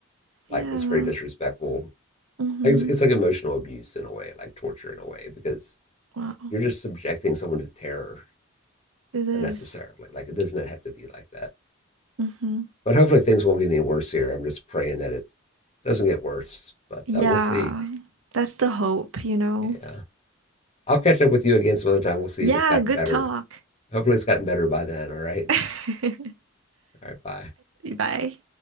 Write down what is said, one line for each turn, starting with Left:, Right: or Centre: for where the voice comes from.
Right: Yeah.
Left: Like, that's very disrespectful.
Right: Mm-hmm.
Left: Like, It's, it's like emotional abuse in a way, like torture in a way, because
Right: Wow.
Left: you're just subjecting someone to terror
Right: It is.
Left: unnecessarily. Like, it doesn't have to be like that.
Right: Mm-hmm.
Left: But hopefully things won't get any worse here. I'm just praying that it doesn't get worse, but
Right: Yeah,
Left: uh, we'll see.
Right: that's the hope, you know.
Left: Yeah. I'll catch up with you again some other time. We'll see
Right: Yeah,
Left: if it's gotten
Right: good
Left: better.
Right: talk.
Left: Hopefully it's gotten better by then. All right.
Right: <laughs> I,
Left: All right. Bye.
Right: bye.